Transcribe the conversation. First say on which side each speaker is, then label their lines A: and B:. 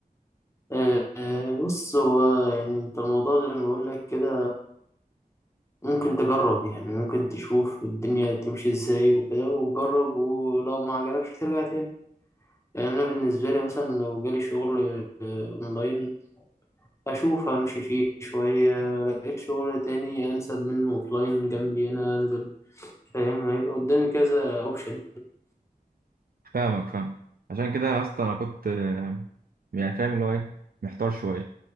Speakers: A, on the left; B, on the right.
A: آه، آه، بص هو يعني أنت الموضوع زي ما بقول لك كده ممكن تجرب يعني ممكن تشوف الدنيا تمشي ازاي وكده وجرب ولو ما عجبكش ترجع تاني يعني انا بالنسبه لي مثلا لو جالي شغل آه، اونلاين اشوف امشي فيه شويه لقيت شغل تاني انسب منه اوفلاين جنبي هنا انزل فاهم هيبقى قدامي كذا اوبشن
B: فاهمك فاهم عشان كده يا اسطى انا كنت آه، يعني فاهم اللي هو ايه محتار شوية